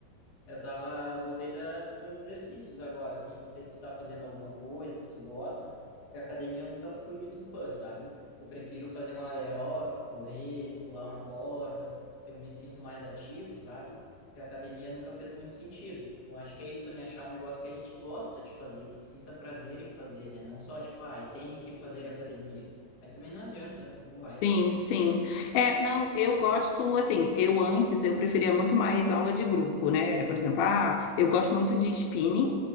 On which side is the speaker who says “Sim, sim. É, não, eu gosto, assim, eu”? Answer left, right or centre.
Left